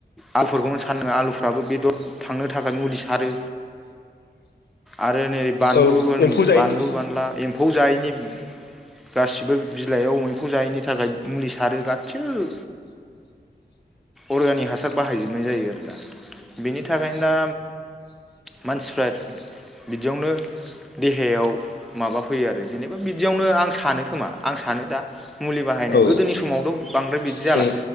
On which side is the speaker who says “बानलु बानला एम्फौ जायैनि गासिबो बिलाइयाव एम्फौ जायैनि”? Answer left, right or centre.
Centre